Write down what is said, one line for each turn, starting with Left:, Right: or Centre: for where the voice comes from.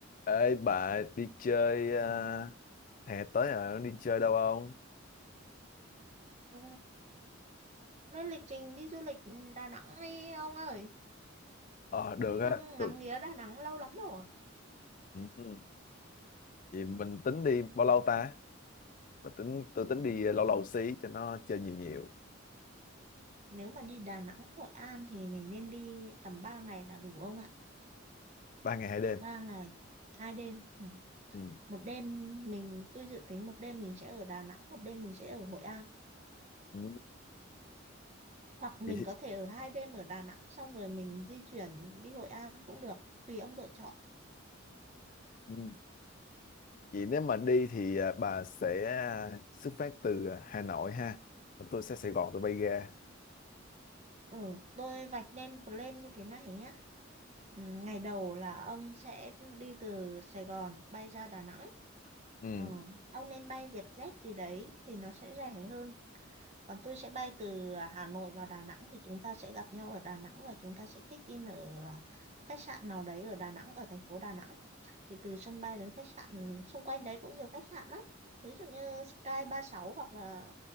Left: Ê bà đi chơi à, hè tới rồi đi chơi đâu không?
Right: Ừ, Lên lịch trình đi du lịch Đà Nẵng đi ông ơi.
Left: Ờ được
Right: Tôi
Left: á.
Right: đang
Left: Tôi,
Right: ngắm nghía Đà Nẵng lâu lắm rồi.
Left: ừ, ừ. Vậy mình tính đi bao lâu ta? Mình tính tôi tính
Right: Ừ,
Left: đi lâu lâu xí cho nó chơi nhiều nhiều.
Right: Nếu mà đi Đà Nẵng, Hội An thì mình nên đi tầm 3 ngày là đủ ông ạ?
Left: Ba ngày hai đêm.
Right: ba ngày, 2 đêm. Ừ.
Left: Ừ.
Right: Một đêm mình tôi dự tính một đêm mình sẽ ở Đà Nẵng, một đêm mình sẽ ở Hội An.
Left: Ừ.
Right: Hoặc mình
Left: Vậy, thì-
Right: có thể ở hai đêm ở Đà Nẵng xong rồi mình di chuyển đi Hội An cũng được, tùy ông lựa chọn.
Left: ừ. Vậy nếu mà đi thì à, bà sẽ à, xuất phát từ à, Hà Nội ha. Còn tôi sẽ Sài Gòn tôi bay ra.
Right: Ừ, tôi vạch nên plan như thế này nhé. Ừ, Ngày đầu là ông sẽ đi từ Sài Gòn bay ra Đà Nẵng
Left: Ừ.
Right: Ờ, ông nên bay Vietjet gì đấy thì nó sẽ rẻ hơn. Còn tôi sẽ bay từ à, Hà Nội vào Đà Nẵng thì chúng ta sẽ gặp nhau ở Đà Nẵng và chúng ta sẽ check in ở à, khách sạn nào đấy ở Đà Nẵng, ở thành phố Đà Nẵng. Thì từ sân bay đến khách sạn xung quanh đấy cũng nhiều khách sạn lắm. Ví dụ như Sky ba mươi sáu hoặc là